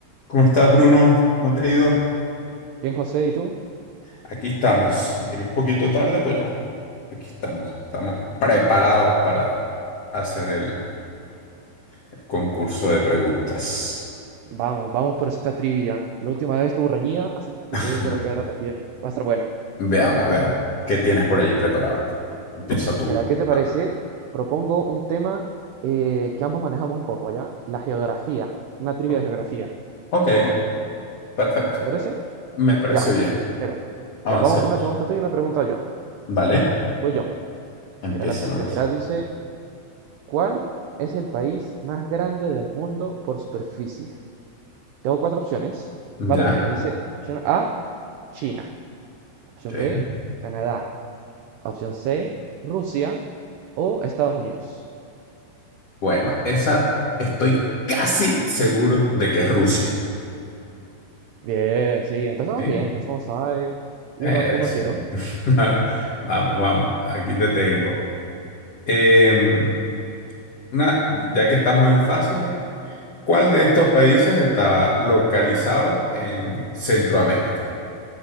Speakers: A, on the left; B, on the right.
A: ¿Cómo estás, Bruno? ¿Cómo te ha ido?
B: Bien, José, ¿y tú?
A: Aquí estamos. Llegué un poquito tarde, pero aquí estamos. Estamos preparados para hacer el, el concurso de preguntas.
B: Vamos, vamos por esta trivia. La última vez estuvo reñida, así
A: <laughs>
B: que yo creo que ahora también va a estar buena.
A: Veamos, veamos. ¿Qué tienes por allí preparado? Empieza tú.
B: Mira, ¿qué te parece?
A: Ah,
B: Propongo un tema eh, que ambos manejamos un poco, ¿ya? La geografía, una trivia
A: o-
B: de geografía.
A: ok, perfecto.
B: ¿Te parece?
A: Me parece
B: Ya,
A: bien.
B: mira,
A: Avancemos.
B: ya vamos, una pregunta tú y una pregunta yo.
A: ¿Vale?
B: Voy yo.
A: Empieza
B: Mira, la
A: nomás.
B: primera dice, ¿cuál es el país más grande del mundo por superficie? Tengo cuatro opciones.
A: ¿Ya?
B: Va la primera, dice opción A, China. Opción
A: Ok.
B: B, Canadá. Opción C, Rusia o Estados Unidos.
A: Bueno, esa estoy casi seguro de que es Rusia.
B: Bien, sí, empezamos
A: ¿sí?
B: bien, empezamos a uno
A: Eso.
B: cero.
A: <laughs> Vamos, vamos, aquí te tengo. Em, una, ya que estamos en fáciles, ¿cuál de estos países está localizado en Centroamérica?